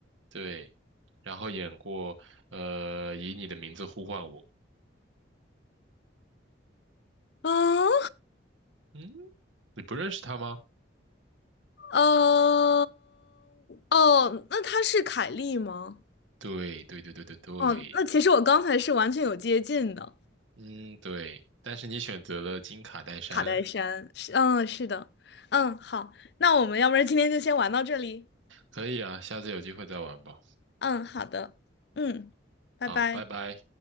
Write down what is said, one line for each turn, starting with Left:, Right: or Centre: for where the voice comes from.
Right: 对，然后演过呃《以你的名字呼唤我》，
Left: 嗯，
Right: 嗯，你不认识他吗？
Left: 呃，哦，那她是凯莉吗？
Right: 对，对，对，对，对，对，
Left: 哦，那其实我刚才是完全有接近的，
Right: 嗯，对，但是你选择了金卡戴珊，
Left: 卡戴珊是，嗯，是的，嗯，好，那我们要不然今天就先玩到这里，
Right: 可以啊，下次有机会再玩吧，
Left: 嗯，好的，嗯，拜拜。
Right: 好，拜拜。